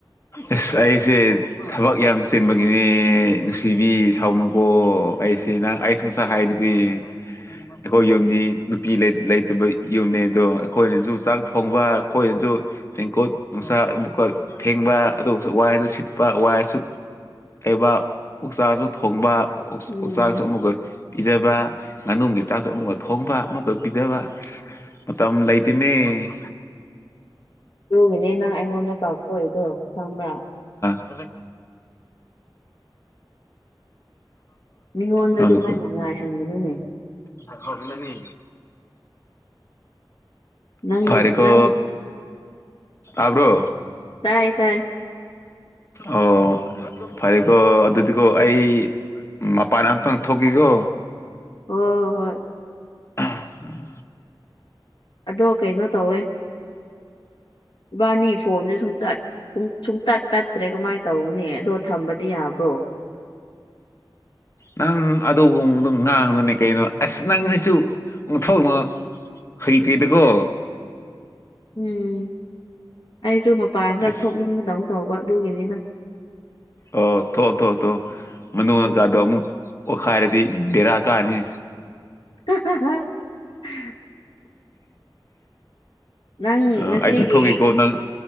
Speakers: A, on the left; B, on the left.
A: ꯑꯁ ꯑꯩꯁꯦ ꯊꯕꯛ ꯌꯥꯝ ꯆꯦꯟꯕꯒꯤꯅꯦ ꯅꯨꯡꯁꯤꯕꯤ ꯁꯥꯎꯅꯤꯡꯀꯣ ꯑꯩꯁꯦ ꯅꯪ ꯑꯩ ꯁꯨꯝꯁꯥ ꯍꯥꯏꯗꯨꯗꯤ ꯑꯩꯈꯣꯏ ꯌꯨꯝꯗꯤ ꯅꯨꯄꯤ ꯂꯩ ꯂꯩꯇꯕ ꯌꯨꯝꯅꯦ ꯑꯗꯣ ꯑꯩꯈꯣꯏꯅꯁꯨ ꯆꯥꯛ ꯊꯣꯡꯕ ꯑꯩꯈꯣꯏꯅꯁꯨ ꯇꯦꯡꯀꯣꯠ ꯅꯨꯡꯁꯥ ꯊꯦꯡꯕ ꯑꯗꯨꯒ ꯋꯥꯏꯗꯨ ꯁꯤꯠꯄ ꯋꯥꯏꯁꯨ ꯂꯩꯕ ꯑꯣꯛꯆꯥꯛꯁꯨ ꯊꯣꯡꯕ
B: ꯎꯝ
A: ꯎꯛꯆꯥꯛꯁꯨ ꯑꯃꯨꯛꯀ ꯄꯤꯖꯕ ꯉꯥꯅꯨꯡꯒꯤ ꯆꯥꯛ ꯑꯃꯨꯛꯀ ꯊꯣꯡꯕ ꯑꯃꯨꯛꯀ ꯄꯤꯗꯕ ꯃꯇꯝ ꯂꯩꯇꯅꯦ
B: ꯑꯗꯨꯒꯤꯅꯦ ꯅꯪ ꯑꯩꯉꯣꯟꯗ ꯀꯥꯎꯊꯣꯛꯏꯗꯣ ꯈꯪꯕ꯭ꯔꯥ
A: <unintelligible> ꯀ
B: ꯃꯤꯉꯣꯟꯗ
A: ꯐꯕꯤ
B: ꯑꯗꯨꯃꯥꯏꯅ ꯉꯥꯏꯍꯟꯒꯅꯨꯅꯦ
A: ꯀ ꯍꯧꯕꯤꯂꯅꯤ
B: ꯅꯪ
A: ꯐꯔꯦꯀ
B: ꯅꯪ
A: ꯑꯕ꯭ꯔꯣ
B: ꯇꯥꯏ ꯇꯥꯏ
A: ꯑꯣ ꯐꯔꯦꯀꯣ ꯑꯗꯨꯗꯤ ꯑꯗꯨꯒꯣ ꯑꯩ ꯃꯄꯥꯟ ꯑꯇꯪ ꯊꯣꯛꯀꯦꯀꯣ
B: ꯍꯣꯏ ꯍꯣꯏ ꯍꯣꯏ
A: ꯎꯝ
B: ꯑꯗꯣ ꯀꯩꯅꯣ ꯇꯧꯋꯦ ꯏꯕꯥꯅꯤ ꯐꯣꯟꯁꯦ ꯁꯨꯡꯆꯠꯨꯡ ꯁꯨꯡꯇꯠ ꯇꯠꯇ꯭ꯔꯦ ꯀꯃꯥꯏꯅ ꯇꯧꯅꯤ ꯑꯗꯣ ꯊꯝꯕꯗꯤ ꯌꯥꯕ꯭ꯔꯣ <unintelligible>
A: ꯅꯪ ꯑꯗꯨꯒꯨꯝꯕꯗꯣ ꯉꯥꯡꯕꯅꯦ ꯀꯩꯅꯣ ꯑꯁ ꯅꯪꯁꯤꯁꯨꯊꯧꯅ ꯍꯩꯇꯗ ꯀꯣ
B: ꯎꯝ ꯑꯩꯁꯨ ꯃꯄꯥꯟ ꯈꯔ
A: ꯑꯁ
B: ꯊꯣꯛꯅꯤꯡꯕꯗꯧꯅ ꯇꯧꯕ ꯑꯗꯨꯒꯤꯅꯤꯅ
A: ꯑ ꯊꯣ ꯊꯣ ꯊꯣ ꯃꯅꯨꯡꯗꯀꯥꯗꯣ
B: ꯎꯝ
A: ꯑꯃꯨꯛ ꯑꯣꯈꯥꯏꯔꯗꯤ ꯕꯦꯔꯥ ꯀꯥꯅꯤ
B: <unintelligible> ꯅꯪ
A: ꯑ
B: ꯉꯁꯤꯒꯤ
A: ꯑꯩꯁꯨ ꯊꯣꯛꯏꯀꯣ ꯅꯪ